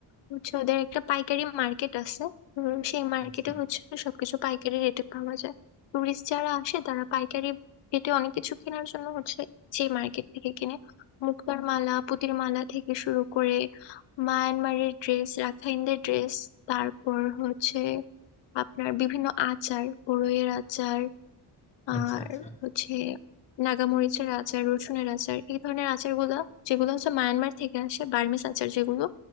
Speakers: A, on the left; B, on the left.
A: হচ্ছে ওদের একটা পাইকারি মার্কেট আছে উম, সেই মার্কেটে
B: আচ্ছা
A: হচ্ছে সবকিছু পাইকারি রেটে পাওয়া যায় টুরিস্ট যারা আসে তারা পাইকারি রেটে অনেক কিছু কেনার জন্য হচ্ছে সেই মার্কেট থেকে কিনে মুক্তার মালা পুতির মালা থেকে শুরু করে মায়ানমারের ড্রেস রাখাইনদের ড্রেস তারপর হচ্ছে আপনার বিভিন্ন আচার বড়ইয়ের আচার
B: আচ্ছা
A: আর
B: আচ্ছা
A: হচ্ছে নাগামরিচের আচার রসুনের আচার এই ধরনের আচারগুলো যেগুলো হচ্ছে মায়ানমার থেকে আসে বার্মিজ আচার যেগুলো